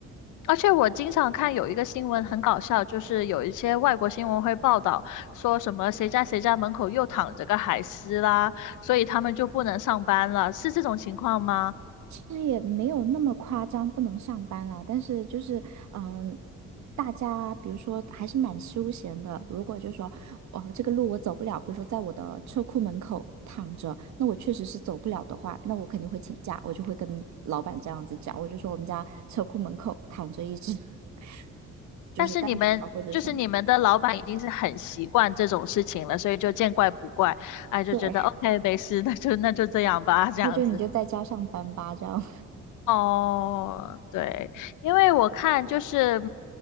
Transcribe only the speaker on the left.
而且我经常看有一个新闻很搞笑，就是有一些外国新闻会报道说什么谁家谁家门口又躺着个海狮啦，所以他们就不能上班了，是这种情况吗？
但是你们就是你们的老板已经是很习惯这种事情了，所以就见怪不怪，哎，就觉得
OK
没事，那就那就这样吧，这样子。
哦，对，因为我看就是